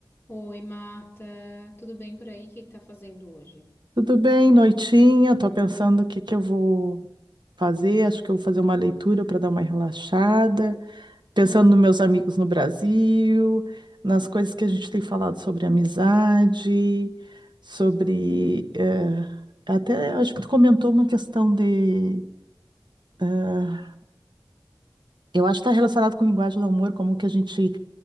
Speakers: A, on the left; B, on the right.
A: Oi, Marta, tudo bem por aí? O que que tá fazendo hoje?
B: Tudo bem, noitinha. Tô pensando o que que eu vou fazer. Acho que eu vou fazer uma leitura para dar uma relaxada. Pensando nos meus amigos no Brasil, nas coisas que a gente tem falado sobre amizade, sobre eh, até acho que tu comentou uma questão de eh, eu acho que está relacionado com linguagem do amor, como que a gente